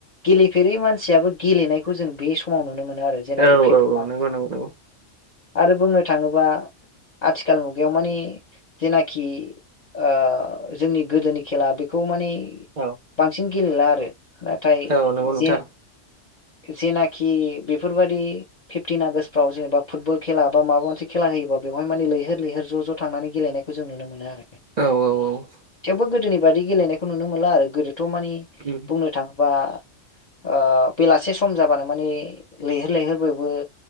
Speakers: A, on the left; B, on the right.
A: गेलेफेरै मानसियाबो गेलेनायखौ जों बे समाव नुनो मोनो आरो जेनाखि
B: औ
A: <unintelligible>
B: औ नंगौ नंगौ नंगौ
A: आरो बुंनो थाङोबा आथिखाल मुगायाव माने जेनाखि ओ जोंनि गोदोनि खेला बेखौ माने
B: औ
A: बांसिन गेलेला आरो । नाथाय
B: औ नंगौ नोंथां
A: जे जेनाखि बेफोरबादि फिफटिन आगष्टफ्राव जेनेबा फुटबल खेला बा माबा मोनसे खेला होयोबा बेवहाय माने लैहोर लैहोर ज' ज' थांनानै गेलेनायखौ जों नुनो मोनो आरो ।
B: औ औ औ ।
A: थेवबो गोदोनि बादि गेलेनायखौ नुनो मोनला आरो गोदोथ' माने
B: उम
A: बुंनो थां बा ओ बेलासे सम जाबानो माने लैहोर लैहोर बयबो